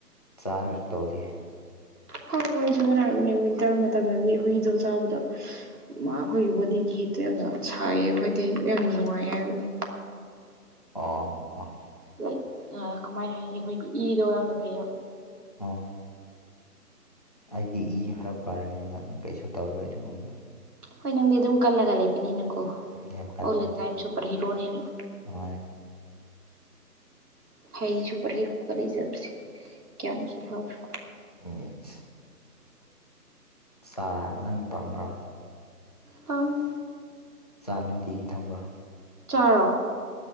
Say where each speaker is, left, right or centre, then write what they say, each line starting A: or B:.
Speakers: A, on the left (about 25°); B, on the right (about 70°).
A: ꯆꯥꯔꯁꯨ ꯇꯧꯗꯦ꯫
B: ꯍꯣꯏ ꯃꯣꯏ ꯁꯨ ꯄꯤꯏꯅ ꯍꯥꯏꯔꯕꯅꯦ ꯋꯤꯟꯇꯔ ꯃꯇꯝꯗꯗꯤ ꯍꯨꯏꯗꯣ ꯆꯥꯕꯗꯣ ꯃꯥ ꯈꯣꯏꯒꯤ ꯕꯣꯗꯤꯒꯤ ꯍꯤꯠꯇꯣ ꯌꯥꯝꯅ ꯁꯥꯏꯌꯦ ꯈꯣꯏꯗꯤ ꯌꯥꯝꯅ ꯅꯨꯡꯉꯥꯏꯌꯦ ꯍꯥꯏꯕꯅꯤ꯫
A: ꯑꯣ ꯑꯣ
B: ꯂꯥꯏꯛ ꯑꯥ ꯀꯃꯥꯏꯅ ꯍꯥꯏꯅꯤ ꯑꯩꯈꯣꯏꯒꯤ ꯏꯗꯣ ꯌꯥꯝꯅ ꯐꯩꯑꯦꯕ
A: ꯑꯣ ꯑꯩꯗꯤ ꯏ ꯈꯔ ꯐꯔꯕꯅꯤꯅ ꯀꯩꯁꯨ ꯇꯧꯔꯣꯏ ꯑꯗꯨꯒꯨꯝꯕ
B: ꯍꯣꯏ ꯅꯪꯗꯤ ꯑꯗꯨꯝ ꯀꯜꯂꯒ ꯂꯩꯕꯅꯤꯅꯀꯣ
A: ꯌꯥꯝ ꯀꯟꯕꯅꯦ
B: ꯑꯣꯜ ꯗ ꯇꯥꯏꯝ ꯁꯨꯄꯔ ꯍꯤꯔꯣꯅꯦꯅ
A: ꯍꯣꯏ
B: ꯐꯩ ꯁꯨꯄꯔ ꯍꯦꯔꯣꯒ ꯂꯩꯖꯕꯁꯦ ꯀꯌꯥꯝꯃꯨꯛꯁꯨ ꯐꯕꯔꯥ
A: ꯑꯁ ꯆꯥꯔ ꯅꯪ ꯄꯥꯝꯕ꯭ꯔꯥ
B: ꯄꯥꯝ
A: ꯆꯥ ꯅꯨꯡꯇꯤꯒꯤ ꯊꯛꯕ꯭ꯔꯥ
B: ꯆꯥꯔꯣ